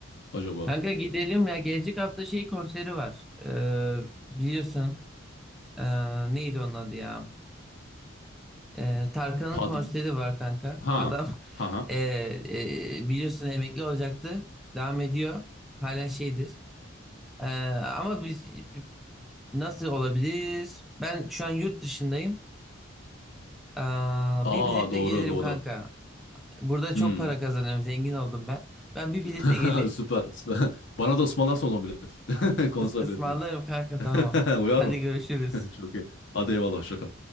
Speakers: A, on the left; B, in the centre.
A: acaba?
B: Kanka gidelim ya. Gelecek hafta şey konseri var. Ee, biliyorsun. Ee, neydi onun adı ya? Ee, Tarkan'ın
A: Pad
B: konseri var kanka.
A: ha
B: Adam <laughs>
A: ha ha.
B: e, e, biliyorsun emekli olacaktı. Devam ediyor. Hala şeydir. Ee, ama biz nasıl olabilir? Ben şu an yurt dışındayım. Aa,
A: Aa
B: bir biletle
A: doğru
B: gelirim
A: doğru.
B: kanka. Burada
A: Hmm.
B: çok para kazanıyorum. Zengin oldum ben. Ben bir
A: <laughs>
B: biletle geleyim.
A: Süper. <laughs> Bana da ısmarlarsın o zaman bilet.
B: <laughs>
A: <laughs> Konser
B: Is ısmarlarım
A: biletini.
B: kanka
A: <laughs>
B: tamam.
A: Uyar
B: Hadi
A: mı?
B: görüşürüz.
A: <laughs> Çok iyi. Hadi eyvallah hoşça kal.